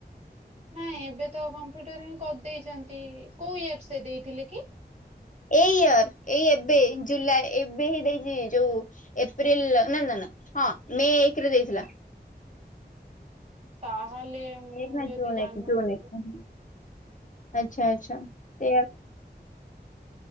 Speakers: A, on the right (about 35°); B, on the left (about 45°).
A: ନାଇଁ ଏବେ। ତ କମ୍ପ୍ୟୁଟର ହିଁ କରିଦେଇଛନ୍ତି। କୋଉ ୟ ସେ ଦେଇଥିଲେ କି?
B: ଏଇ ଇୟର ଏଇ ଏବେ ଜୁଲାଇ ଏବେ ହିଁ ଦେଇଛି ଯୋଉ ଏପ୍ରିଲ ନା ନା ହଁ ମେ ଏକରେ ଦେଇଥିଲା।
A: ତା। ତାହେଲେ ମୁଁ
B: ଏକ ନା
A: ଯଦି
B: ଜୁନ
A: ଜାଣିନଥିଲି।
B: ଏକ ଜୁନ ଏକ ଆଚ୍ଛା ଆଚ୍ଛା ସେ